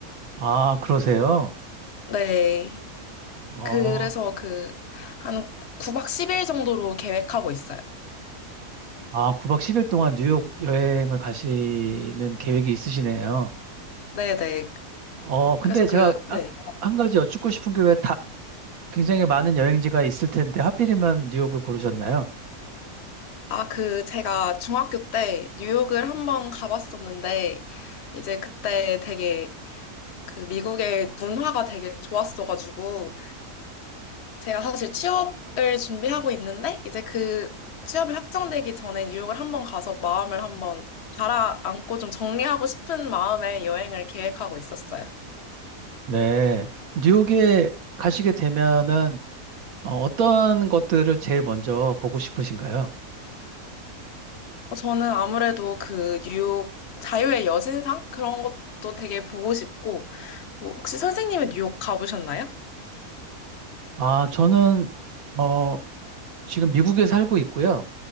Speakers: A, on the right; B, on the left.
A: 아, 그러세요?
B: 네,
A: 어,
B: 그래서 그 한 9박 10일 정도로 계획하고 있어요.
A: 아, 9박 10일 동안 뉴욕 여행을 가시는 계획이 있으시네요.
B: 네, 네.
A: 어, 근데
B: 그래서
A: 제가
B: 그,
A: 아-
B: 네.
A: 한 가지 여쭙고 싶은 게 왜 다, 굉장히 많은 여행지가 있을 텐데, 하필이면 뉴욕을 고르셨나요?
B: 아, 그 제가 중학교 때 뉴욕을 한번 가봤었는데, 이제 그때 되게 그 미국의 문화가 되게 좋았어가지고, 제가 사실 취업을 준비하고 있는데, 이제 그 취업이 확정되기 전에 뉴욕을 한번 가서 마음을 한번 가라앉고 좀 정리하고 싶은 마음에 여행을 계획하고 있었어요.
A: 네. 뉴욕에 가시게 되면은, 어, 어떤 것들을 제일 먼저 보고 싶으신가요?
B: 어, 저는 아무래도 그 뉴욕 자유의 여신상? 그런 것도 되게 보고 싶고, 뭐 혹시 선생님은 뉴욕 가보셨나요?
A: 아, 저는, 어, 지금 미국에 살고 있고요.